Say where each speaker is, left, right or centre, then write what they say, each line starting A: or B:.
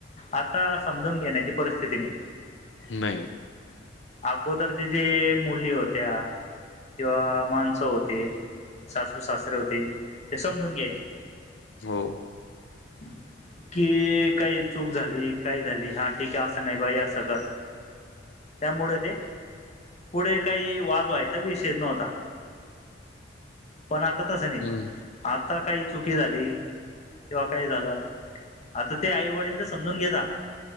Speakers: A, on the left; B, on the left.
A: आता समजून घेण्याची परिस्थिती नाही.
B: नाही
A: अगोदरच्या जे मुली होत्या. किंवा माणस होते सासू सासरे होते. ते समजून घ्यायचे.
B: हो
A: <inaudible> कि काही चूक झाली, काही झाली, हा ठीक आहे अस नाही बाई अस कर. त्यामुळे ते पुढे काही वाद व्हायचा विषयच नव्हता. पण आता तस नाही
B: हम्म
A: आता काही चुकी झाली. किंवा काही झाल आता ते आई वडील तर समजून घेता.